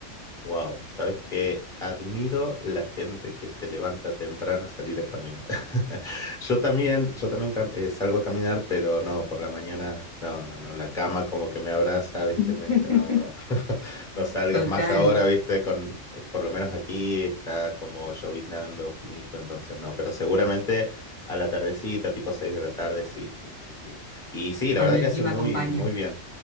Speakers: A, in the centre; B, on the left (about 40°).
A: Wow, sabes que admiro la gente que se levanta temprano a salir a caminar. <laughs> Yo también, yo también cam- eh, salgo a caminar, pero no, por la mañana, no, no, no, la cama como que me abraza, ¿viste?
B: <laughs>
A: Me dice, no, no, <laughs> no, salgas
B: Total,
A: más ahora, ¿viste? Con, eh, por lo menos aquí está como lloviznando finito, entonces no, pero seguramente a la tardecita, tipo 6 de la tarde, sí, sí, sí, sí. Y sí, la
B: cuando
A: verdad que
B: el
A: hace
B: clima
A: muy,
B: acompaña.
A: muy bien.